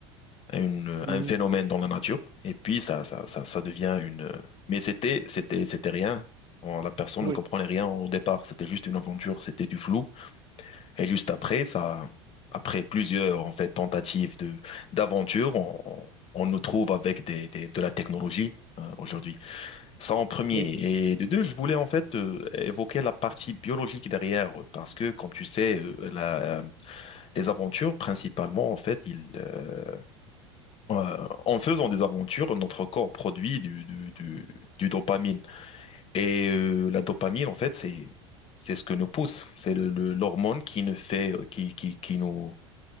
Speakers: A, on the left; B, on the right.
A: une-
B: oui.
A: un phénomène dans la nature. Et puis, ça, ça, ça, ça devient une... Mais c'était, c'était, c'était rien. On- La personne
B: Oui,
A: ne comprenait rien au départ, c'était juste une aventure, c'était du flou. Et juste après, ça, après plusieurs en fait tentatives de d'aventure, on, on- on nous trouve avec des, des- de la technologie euh, aujourd'hui. Ça en premier.
B: oui,
A: Et de deux, je voulais en fait euh, évoquer la partie biologique derrière, parce que comme tu sais, euh, la- les aventures principalement en fait, ils, euh, euh, en faisant des aventures, notre corps produit du, du, du- du dopamine. Et euh, la dopamine en fait, c'est c'est ce que nous pousse, c'est le, le- l'hormone qui nous fait, euh, qui, qui, qui nous